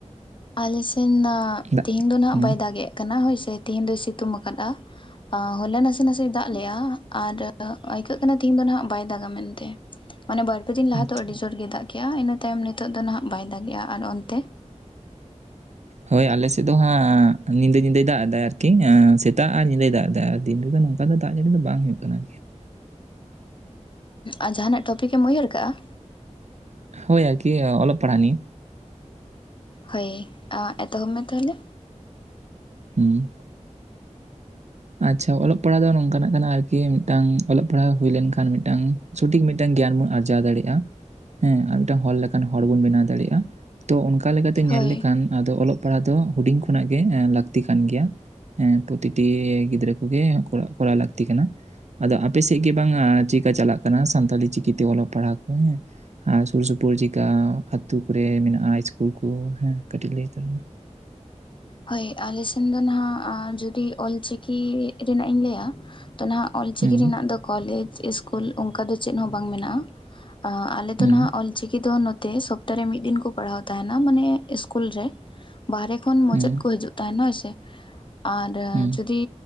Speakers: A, on the left; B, on the right.
A: ᱟᱞᱮ ᱥᱮᱱ
B: ᱫᱟᱜ
A: ᱛᱮᱦᱤᱧ ᱫᱚ ᱱᱟᱜ
B: ᱦᱩᱸ
A: ᱵᱟᱭ ᱫᱟᱜ ᱮ ᱠᱟᱱᱟ ᱦᱳᱭᱥᱮ ᱛᱮᱦᱤᱧ ᱫᱚᱭ ᱥᱤᱛᱩᱝ ᱟᱠᱟᱫᱟ᱾ ᱦᱚᱞᱟ ᱱᱟᱥᱮ ᱱᱟᱥᱮ ᱫᱟᱜ ᱞᱮᱜᱼᱟ ᱟᱨ ᱟᱹᱭᱠᱟᱹᱜ ᱠᱟᱱᱟ ᱛᱮᱦᱤᱧ ᱫᱚ ᱱᱟᱦᱟᱜ ᱵᱟᱭ ᱫᱟᱜᱟ ᱢᱮᱱᱛᱮ᱾ ᱢᱟᱱᱮ ᱵᱟᱨᱯᱮ ᱫᱤᱱ ᱞᱟᱦᱟ
B: ᱟᱪᱪᱷᱟ
A: ᱫᱚ ᱟᱹᱰᱤ ᱡᱳᱨ ᱜᱮᱭ ᱫᱟᱜ ᱠᱮᱜᱼᱟ ᱤᱱᱟᱹ ᱛᱟᱭᱚᱢ ᱱᱤᱛᱳᱜ ᱫᱚ ᱦᱟᱜ ᱵᱟᱭ ᱫᱟᱜ ᱮᱜᱼᱟ ᱟᱨ ᱚᱱᱛᱮ?
B: ᱦᱳᱭ ᱟᱞᱮ ᱥᱮᱫ ᱫᱚ ᱦᱟᱸᱜ ᱧᱤᱫᱟᱹ ᱧᱤᱫᱟᱹᱭ ᱫᱟᱜ ᱮᱫᱟ ᱟᱨᱠᱤ ᱥᱮᱛᱟᱜ ᱟᱨ ᱧᱤᱫᱟᱹᱭ ᱫᱟᱜ ᱮᱫᱟ ᱟᱨ ᱫᱤᱱ ᱨᱮᱫᱚ ᱱᱚᱝ᱾ ᱚᱠᱟ ᱫᱚ ᱫᱟᱜ ᱡᱟᱹᱲᱤ ᱫᱚ ᱵᱟᱝ ᱦᱩᱭᱩᱜ ᱠᱟᱱᱟ᱾
A: ᱟᱨ ᱡᱟᱦᱟᱸᱟᱱᱟᱜ ᱴᱚᱯᱤᱠᱮᱢ ᱩᱭᱦᱟᱹᱨ ᱠᱟᱜᱼᱟ?
B: ᱦᱳᱭ ᱟᱨᱠᱤ ᱚᱞᱚᱜ ᱯᱟᱲᱦᱟᱜ ᱱᱤᱭᱟᱹ
A: ᱦᱳᱭ ᱮᱛᱚᱦᱚᱵ ᱢᱮ ᱛᱟᱦᱚᱞᱮ?
B: ᱦᱩᱸ ᱟᱪᱪᱷᱟ ᱚᱞᱚᱜ ᱯᱟᱲᱦᱟᱜ ᱫᱚ ᱱᱚᱝᱠᱟᱱᱟᱜ ᱠᱟᱱᱟ ᱟᱨᱠᱤ ᱢᱤᱫᱴᱟᱝ ᱚᱞᱚᱜ ᱯᱟᱲᱦᱟᱜ ᱦᱩᱭ ᱞᱮᱱᱠᱷᱟᱱ ᱢᱤᱫᱴᱟᱝ ᱥᱚᱴᱷᱤᱠ ᱢᱤᱫᱴᱟᱱ ᱜᱮᱭᱟᱱ ᱵᱚᱱ ᱟᱨᱡᱟᱣ ᱫᱟᱲᱮᱭᱟᱜᱼᱟ ᱦᱮᱸ ᱟᱨ ᱢᱤᱫᱴᱟᱱ ᱦᱚᱲ ᱞᱮᱠᱟᱱ ᱦᱚᱲ ᱵᱚᱱ ᱵᱮᱱᱟᱣ ᱫᱟᱲᱮᱭᱟᱜᱼᱟ ᱛᱚ ᱚᱱᱠᱟ ᱞᱮᱠᱟᱛᱮ
A: ᱦᱳᱭ
B: ᱧᱮᱞ ᱞᱮᱠᱷᱟᱱ ᱟᱫᱚ ᱚᱞᱚᱜ ᱯᱟᱲᱦᱟᱜ ᱫᱚ ᱦᱩᱰᱤᱧ ᱠᱷᱚᱱᱟᱜ ᱜᱮ ᱞᱟᱹᱠᱛᱤ ᱠᱟᱱ ᱜᱮᱭᱟ ᱯᱨᱚᱛᱤᱴᱤ ᱜᱤᱫᱽᱨᱟᱹ ᱠᱚᱜᱮ <unintelligible> ᱠᱚᱨᱟᱣ ᱞᱟᱹᱠᱛᱤ ᱠᱟᱱᱟ ᱟᱫᱚ ᱟᱯᱮ ᱥᱮᱫ ᱜᱮ ᱵᱟᱝᱟ ᱪᱠᱟ ᱪᱟᱞᱟᱜ ᱠᱟᱱᱟ ᱥᱟᱱᱛᱟᱞᱤ ᱪᱤᱠᱤᱛᱮ ᱚᱞᱚᱜ ᱯᱟᱲᱦᱟᱜ ᱠᱚ ᱦᱮᱸ ᱟᱨ ᱥᱩᱨ ᱥᱩᱯᱩᱨ ᱪᱮᱠᱟ ᱟ ᱟᱹᱛᱩᱳ ᱠᱚᱨᱮ ᱢᱮᱱᱟᱜᱼᱟ ᱤᱥᱠᱩᱞ ᱠᱚ ᱦᱮᱸ ᱠᱟᱹᱴᱤᱡ ᱞᱟᱹᱭ ᱩᱛᱟᱹᱨ ᱢᱮ
A: ᱦᱳᱭ ᱟᱞᱮ ᱥᱮᱱ ᱫᱚ ᱱᱟᱦᱟᱜ ᱡᱩᱚᱫᱤ ᱚᱞᱪᱤᱠᱤ ᱨᱮᱱᱟᱜ ᱤᱧ ᱞᱟᱹᱭᱟ ᱛᱚ ᱱᱟᱦᱟᱜ ᱚᱞᱪᱤᱠᱤ
B: ᱦᱩᱸ
A: ᱨᱮᱱᱟᱜ ᱫᱚ ᱠᱚᱞᱮᱡᱽ ᱤᱥᱠᱩᱞ ᱚᱱᱠᱟ ᱫᱚ ᱪᱮᱫ ᱦᱚᱸ ᱵᱟᱝ ᱢᱮᱱᱟᱜᱼᱟ ᱟᱞᱮ
B: ᱦᱩᱸ
A: ᱫᱚ ᱱᱟᱦᱟᱜ ᱚᱞ ᱪᱤᱠᱤ ᱫᱚ ᱱᱚᱛᱮ ᱥ ᱛᱟ ᱨᱮ ᱢᱤᱫ ᱫᱤᱱ ᱠᱚ ᱯᱟᱲᱦᱟᱣ ᱛᱟᱦᱮᱱᱟ ᱢᱟᱱᱮ ᱤᱥᱠᱩᱞ ᱨᱮ ᱵᱟᱦᱦᱨᱮ ᱠᱷᱚᱱ ᱢᱩᱪᱟᱹᱫ
B: ᱦᱩᱸ
A: ᱦᱟᱡᱩᱜ ᱛᱟᱦᱮᱱᱟ ᱦᱚᱭ ᱥᱮ ᱟᱨ
B: ᱦᱩᱸ
A: ᱡᱩᱫᱤ